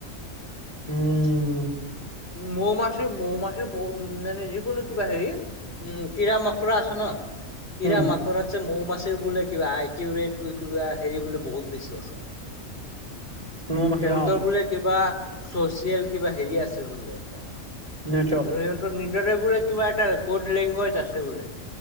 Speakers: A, on the right (about 25°); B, on the left (about 50°).
A: উম।
B: মৌ মাসি, মৌ মাসি মৌ মানে যিকোনো কিবা হেৰি। উম কিৰা মকৰা আছে ন, কিৰা
A: উম
B: মক কৰাতছে মৌ মাসিৰ বোলে কিবা আই কিউ ৰেট কিবা হেৰি বোলে বহুত বেছি আছে। <inaudible>
A: মৌমাখি
B: সিহঁতৰ
A: অ
B: বোলে কিবা চচিয়েল কিবা হেৰি আছে বোলে এতিয়া
A: নেটৱৰ্ক
B: আৰু সিহঁতৰ নিজৰে বোলে কিবা এটা ক'ড লেংগুৱেজ আছে বোলে।